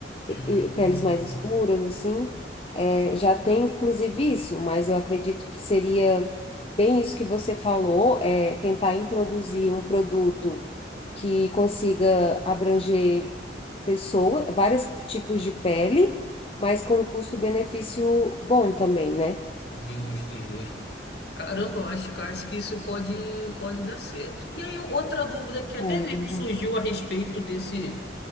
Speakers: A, on the left; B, on the left.
A: Hum,
B: eh, peles mais escuras, assim, eh, já tem inclusive isso, mas eu acredito que seria bem isso que você falou, é, tentar introduzir um produto que consiga abranger pessoas, vários tipos de pele, mas com um custo-benefício bom também, né?
A: justo, justo. Caramba, eu acho, que- acho que isso pode, pode dar certo. E aí, outra dúvida que até
B: É
A: mesmo
B: verdade.
A: surgiu a respeito desse,